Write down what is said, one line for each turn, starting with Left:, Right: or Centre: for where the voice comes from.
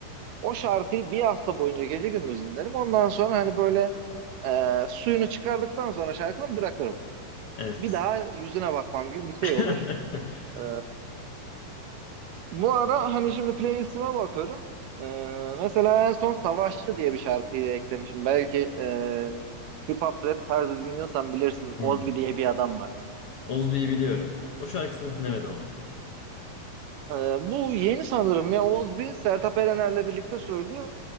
Right: O şarkıyı bir hafta boyunca gece gündüz dinlerim. Ondan sonra hani böyle e, suyunu çıkardıktan sonra şarkının bırakırım.
Left: Evet.
Right: bir daha yüzüne bakmam gibi bir şey
Left: <laughs>
Right: olur. Ee, bu ara hani şimdi playlistime bakıyorum. Ee, mesela en son Savaşçı diye bir şarkıyı eklemişim. Belki e, hip hop rap tarzı dinliyorsan bilirsin.
Left: Hmm.
Right: Ozbi diye bir adam var.
Left: Ozbi'yi biliyorum. O şarkısını dinlemedim ama.
Right: Ee, bu yeni sanırım ya Ozbi Sertab Erener'le birlikte söylüyor.